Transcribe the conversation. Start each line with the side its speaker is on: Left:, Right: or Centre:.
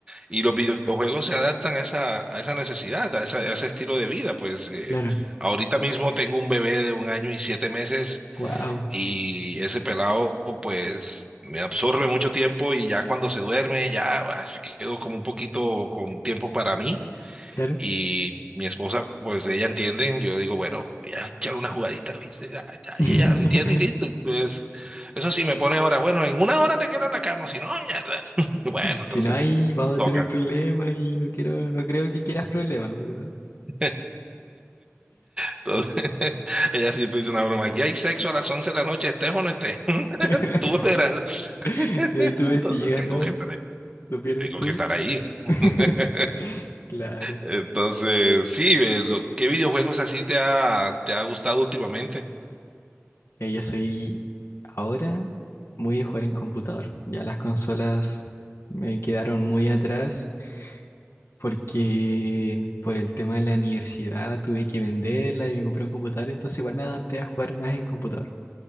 Right: Y los videojuegos se adaptan a esa, a esa necesidad, a, esa- a ese estilo de vida. Pues eh,
Left: Claro,
Right: ahorita mismo tengo un bebé de un año y siete meses
Left: wow,
Right: Y ese pelado, pues, me absorbe mucho tiempo y ya cuando se duerme, ya ah, quedo como un poquito con tiempo para mí.
Left: claro.
Right: Y mi esposa, pues, ella entiende. Yo digo, bueno, voy a echar una jugadita, ¿viste? Ya, ya,
Left: <laughs>
Right: y ella entiende y listo. Y, Pues, eso sí, me pone ahora, bueno, en una hora te quedas en la cama, si no, mierda. <laughs> Bueno,
Left: Si
Right: entonces,
Left: no hay, vamos
Right: toca.
Left: a tener problemas y no quiero, no creo que quieras problemas, ¿verdad?
Right: <laughs> Entonces, <laughs> ella siempre dice una broma, aquí hay sexo a las 11 de la noche, estés o no estés, <laughs>
Left: <laughs>
Right: tú verás.
Left: <laughs>
Right: <laughs>
Left: De ahí tú
Right: Entonces
Left: ves si llegas,
Right: tengo
Left: ¿no?
Right: que estar ahí.
Left: Lo pierdes
Right: tengo
Left: tú.
Right: que estar ahí. <laughs>
Left: <laughs> Claro.
Right: Entonces, sí, eh, lo- ¿qué videojuegos así te ha, te ha gustado últimamente?
Left: Eh, Yo soy ahora muy de jugar en computador. Ya las consolas me quedaron muy atrás porque por el tema de la universidad tuve que venderla y me compré un computador, entonces igual me adapté a jugar más en computador.